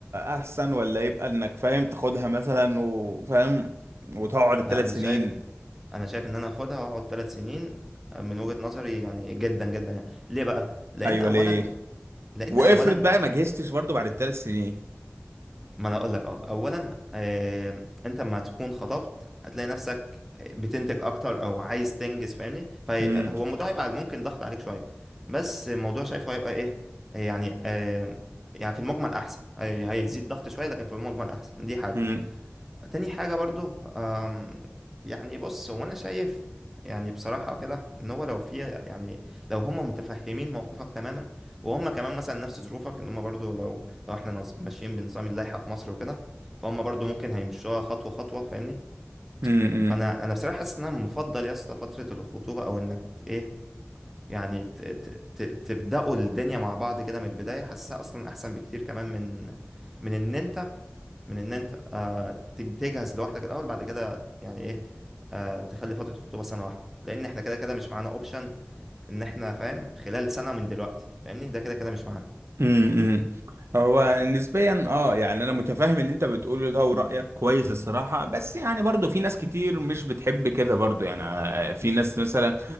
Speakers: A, on the right; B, in the centre.
A: احسن ولا يبقى انك فاهم تاخدها مثلا وفاهم وتقعد الثلاث
B: لا انا
A: سنين
B: شايف انا شايف ان انا هاخدها واقعد ثلاث سنين من وجهه نظري يعني جدا جدا يعني ليه بقى لان
A: ايوه
B: اولا
A: ليه
B: لان
A: وافرض
B: اولا
A: بقى ما جهزتش برضو بعد الثلاث سنين
B: ما انا اقول لك اه اولا آه، انت لما تكون خطبت هتلاقي نفسك بتنتج اكتر او عايز تنجز فاهمني فهو
A: امم
B: الموضوع هيبقى ممكن ضغط عليك شويه بس الموضوع شايفه هيبقى ايه يعني آه، يعني في المجمل احسن هي- هيزيد ضغط شويه لكن في المجمل احسن دي حاجه
A: امم
B: تاني حاجة برضو أم، يعني بص هو أنا شايف يعني بصراحة كده إن هو لو في يعني لو هم متفهمين موقفك تماما وهم كمان مثلا نفس ظروفك إن هم برضو لو لو إحنا نظ- ماشيين بنظام اللائحة في مصر وكده فهم برضو ممكن هيمشوها خطوة خطوة فاهمني
A: امم، امم.
B: فأنا أنا بصراحة حاسس إن أنا مفضل يا اسطى فترة الخطوبة أو إنك إيه يعني ت- ت- ت- تبدأوا الدنيا مع بعض كده من البداية حاسسها أصلا أحسن بكتير كمان من من إن أنت من إن أنت آه تج- تجهز لوحدك الأول بعد كده يعني إيه آه تخلي فترة الخطوبة سنة واحدة لأن إحنا كده كده مش معانا أوبشن إن إحنا فاهم خلال سنة من دلوقتي فاهمني ده كده كده مش معانا
A: امم امم. هو نسبيا اه يعني انا متفاهم اللي انت بتقوله ده ورايك كويس الصراحه بس يعني برضو في ناس كتير مش بتحب كده برضو يعني آه، في ناس مثلا